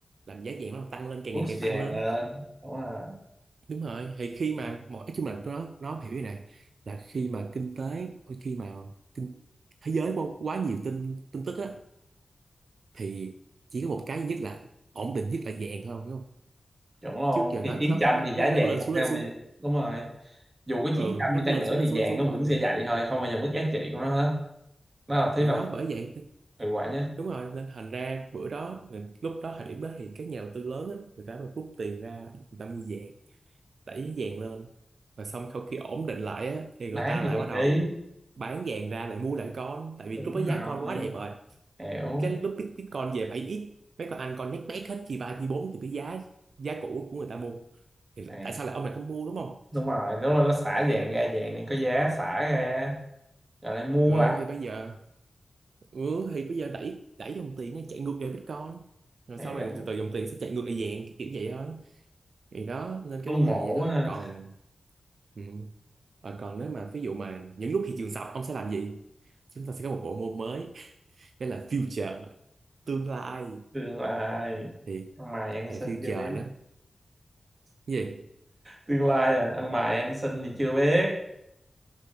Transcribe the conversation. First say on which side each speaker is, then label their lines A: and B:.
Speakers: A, on the right (about 80°); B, on the right (about 30°).
A: làm giá vàng bắt đầu tăng lên càng
B: bước
A: ngày càng
B: vàng
A: tăng lên
B: lên đúng rồi
A: đúng rồi thì khi mà mọi nói chung là nó nó hiểu như này là khi mà kinh tế khi mà kinh, thế giới quá, quá nhiều tin tin tức á thì chỉ có một cái duy nhất là ổn định nhất là vàng thôi đúng không
B: chuẩn luôn
A: trước giờ
B: thì
A: nó
B: chiến
A: nó
B: tranh
A: nó
B: thì giá
A: nó, nó
B: vàng
A: lên
B: cũng
A: xuống
B: theo
A: lên xuống
B: mình đúng rồi dù có
A: ừ
B: 900
A: nó
B: đi chăng
A: lên
B: nữa
A: xuống lên
B: thì
A: xuống
B: vàng
A: lên xuống
B: nó vẫn
A: thôi
B: sẽ
A: ừ.
B: vậy thôi không bao giờ mất giá trị của nó hết nó là thứ
A: thì
B: đầu
A: đó
B: tiên
A: bởi vậy
B: hiệu quả nhất
A: đúng rồi nên thành ra bữa đó lúc đó thời điểm đó thì các nhà đầu tư lớn á người ta mới rút tiền ra người ta mua vàng đẩy vàng lên và xong sau khi ổn định lại á, thì người
B: bán
A: ta lại
B: vàng
A: bắt đầu
B: đi
A: bán vàng ra lại mua lại con tại vì
B: đúng
A: lúc đó giá
B: rồi
A: con quá đẹp rồi
B: hiểu
A: Cái lúc bit- Bitcoin về bảy x mấy con anh con nhét nhét hết chi ba chi bốn từ cái giá giá cũ của người ta mua thì
B: nè
A: tại sao lại ông này không mua đúng không
B: đúng rồi đúng rồi nó xả vàng ra vàng này có giá xả ra rồi lại mua
A: ừ
B: lại
A: thì bây giờ ừ thì bây giờ đẩy đẩy dòng tiền nó chạy ngược về Bitcoin rồi
B: hiểu
A: sau này từ từ dòng tiền sẽ chạy ngược lại vàng kiểu vậy thôi thì đó nên
B: luôn
A: cái vấn đề
B: mổ
A: vậy đó
B: á
A: còn Ừ. Và còn nếu mà ví dụ mà những lúc thị trường sập ông sẽ làm gì? Chúng ta sẽ có một bộ môn mới, đó là future, tương lai
B: tương lai
A: thì
B: ăn mày ăn
A: thì
B: xin
A: future
B: chưa biết
A: đó. Cái gì?
B: tương lai rồi ăn mày ăn xin thì chưa biết